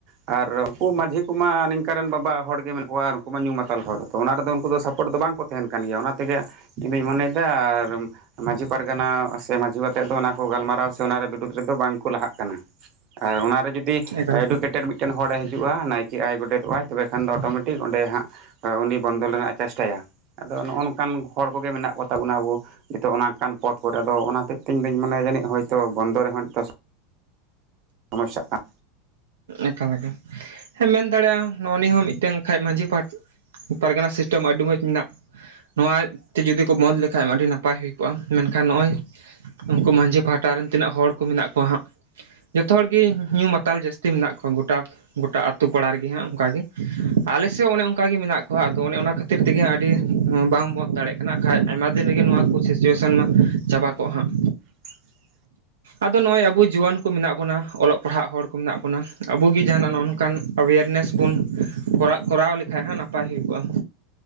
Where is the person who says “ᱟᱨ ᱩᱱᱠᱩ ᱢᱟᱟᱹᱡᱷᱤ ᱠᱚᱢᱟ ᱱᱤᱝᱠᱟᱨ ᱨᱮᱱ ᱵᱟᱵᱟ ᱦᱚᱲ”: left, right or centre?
Right